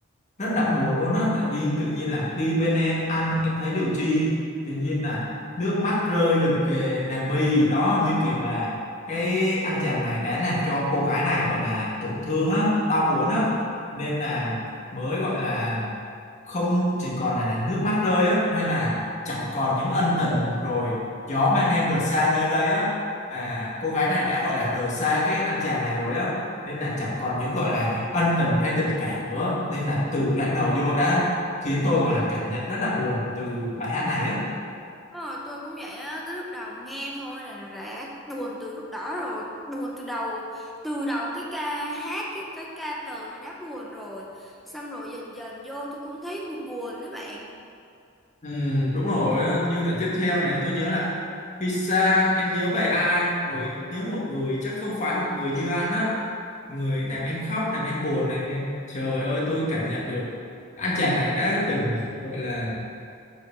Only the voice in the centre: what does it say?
Ờ, tôi cũng vậy á, cái lúc đầu nghe thôi này là đã buồn từ lúc đó rồi, buồn từ đầu từ đầu cái ca hát cái cái ca từ đã buồn rồi. Xong rồi dần dần vô tôi cũng thấy buồn buồn đó bạn.